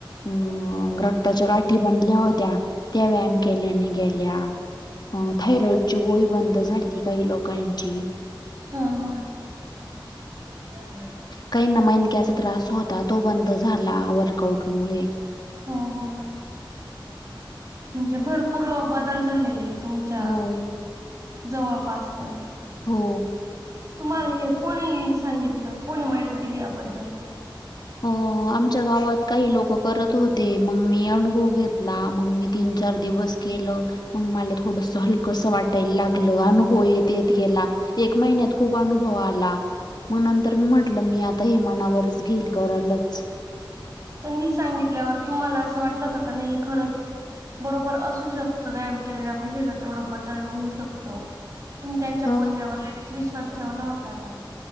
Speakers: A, on the left (about 55°); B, on the right (about 40°).
A: अं रक्ताच्या गाठी बनल्या होत्या त्या व्यायाम केल्याने गेल्या थायरॉइड गोळी बंद झाली काही लोकांची
B: हा हा <unintelligible>
A: काही ना मणक्याचा त्रास होता तो बंद झाला वर्कआउट मु
B: हो हो हो म्हणजे भरपूर बदल झालेले तुमच्या
A: हो
B: जवळपास पण
A: हो
B: तुम्हाला हे कोणी सांगितलं कोणी माहिती दिली याबद्दल
A: हो ग आमच्या गावात काही लोक करत होते मग मी अनुभव घेतला मग मी तीन चार दिवस केलं मग मला थोडस हलकंसं वाटायला लागलं अनुभव येत येत गेला, एक महिन्यात खूप अनुभव आला. मग नंतर मी म्हटलं मी आता हेमानावरच घेईल करालच
B: त्यांनी सांगितल्यावर तुम्हाला असं वाटलंत का नाही खरंच बरोबर असू शकतो व्यायाम केल्याने आपल्या शरीरात तेवढा बदल होऊ शकतो. तुम्ही त्यांच्या
A: अ
B: बोलण्यावर लगेच विश्वास ठेवला होता का?